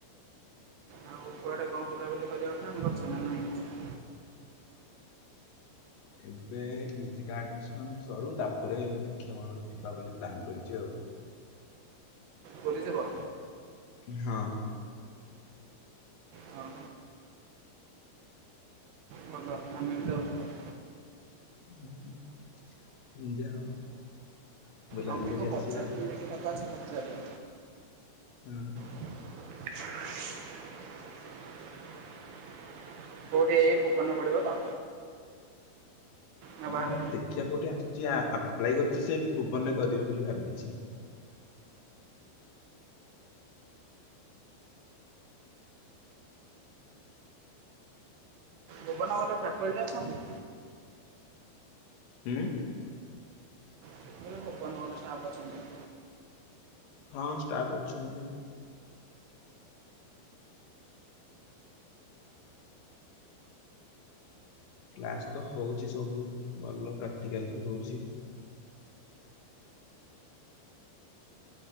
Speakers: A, on the right; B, on the left.
A: ଆଉ କୁଆଡ଼େ କଣ ବୁଲାବୁଲି କରିବା ପାଇଁ ପ୍ଲାନ୍ କରିଛି ନା ନାଇଁ।
B: ଏବେ ୟୁଜି ଟା ଆଡମିସନ ସରୁ ତାପରେ ଦେଖିବା କୁଆଡେ ଗୋଟେ ଯିବା ବୋଲି ପ୍ଲାନ୍ କରିଛି ଆଉ।
A: ପୁରି ଯିବ।
B: ହଁ
A: ହଁ ଭଲ ଆମେ ବି ଯାଉଛୁ। ପୁରୀ
B: ହ ହ ଯାଅ। ବୁଲାବୁଲି
A: ମମି
B: କରି
A: କୁ
B: ଆସିବା
A: ପଚାରିବି
B: ଆଉ।
A: ଦେଖିକି ତାକୁ ଅଜି ପଚାରେ
B: ହୁଁ
A: <inaudible> କୋଉଠି ଏ ଭୁବନ ରେ ପଡିବ ତ। ନା
B: ହୁଁ
A: ବାହାରେ
B: ଦେଖିବା କୋଉଠି ଆସିଛି ଆପ୍ଲାଏ କରିଛି ସେ ଭୁବନରେ କରିବି ବୋଲି ଭାବିଛି।
A: ଭୁବନ ର ଭଲ ଫ୍ୟାକ୍ଲଟି ଅଛନ୍ତି?
B: ଉଁ।
A: ମୁଁ ଭୁବନ ରେ ଭଲ ଷ୍ଟାର୍ପ ଅଛନ୍ତି?
B: ହଁ ଷ୍ଟାଫ ଅଛନ୍ତି। କ୍ଲାସ ତ ହଉଛି ସବୁ ଭଲ ପ୍ରାକ୍ଟିକାଲ ବି ହଉଛି।